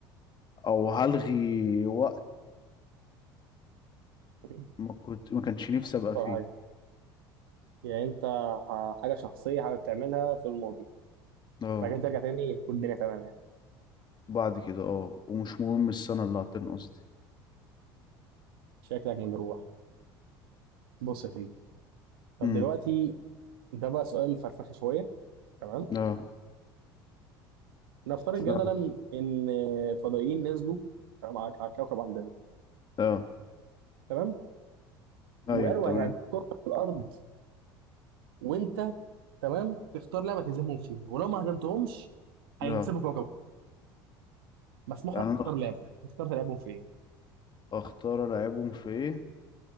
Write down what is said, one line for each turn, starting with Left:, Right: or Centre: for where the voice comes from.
Left: او هلغي وقت
Right: هي
Left: ما كنت ما كانش نفسي ابقى
Right: اكتر
Left: فيه
Right: حاجه يعني انت ح- حاجه شخصيه حاجه بتعملها في الماضي
Left: اه
Right: بعد كده ترجع تاني تكون الدنيا تمام يعني
Left: بعد كده اه ومش مهم السنة اللي هتنقص دي
Right: شكلك مجروح بص يا سيدي طب
Left: امم
Right: دلوقتي ده بقى سؤال فرفشه شويه تمام
Left: اه
Right: نفترض جدلا
Left: اه
Right: ان فضائيين نزلوا تمام، على على الكوكب عندنا
Left: اه
Right: تمام
Left: ايوه
Right: وقالوا
Left: تمام
Right: هيهديك كره في الارض وانت تمام تختار لعبه تهزمهم فيها ولو ما هزمتهمش هينسبوا
Left: اه
Right: كوكب مسموح
Left: يعني
Right: لك تختار
Left: انا أخت-
Right: لعبه تختار تلعبهم في ايه
Left: اختار العبهم في ايه